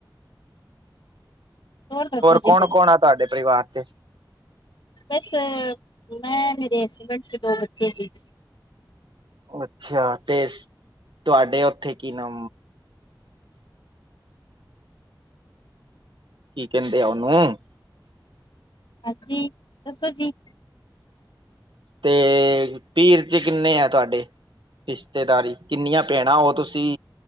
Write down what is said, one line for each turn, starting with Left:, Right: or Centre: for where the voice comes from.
Left: ਹੋਰ ਦੱਸੋ ਜੀ
Right: ਕੌਣ
Left: ਹੁਣ
Right: ਕੌਣ ਆ ਤੁਹਾਡੇ ਪਰਿਵਾਰ ਚ
Left: ਬਸ ਮੈਂ ਮੇਰੇ ਐਸਡੈਂਟ ਤੇ ਦੋ ਬੱਚੇ ਜੀ
Right: ਅੱਛਾ ਟੇਸਟ, ਤੁਹਾਡੇ ਉੱਥੇ ਕੀ ਨ ਕੀ ਕਹਿੰਦੇ ਆ ਉਹਨੂੰ
Left: ਹਾਂਜੀ ਦੱਸੋ ਜੀ
Right: ਤੇ ਪੀਹਰ ਚ ਕਿੰਨੇ ਐ ਤੁਹਾਡੇ ਰਿਸ਼ਤੇਦਾਰੀ, ਕਿੰਨੀਆਂ ਭੈਣਾਂ ਹੋ ਤੁਸੀਂ?